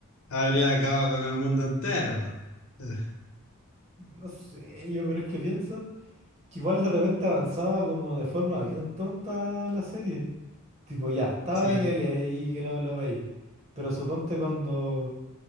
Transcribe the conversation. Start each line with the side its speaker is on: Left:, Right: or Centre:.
Left: Habría acabado con el mundo entero. po.
Right: No sé, yo, pero es que pienso que igual de repente avanzaba como de forma bien tonta la serie. Tipo, ya, estaba
Left: Sí.
Right: el L y que lo, lo veía. Pero suponte cuando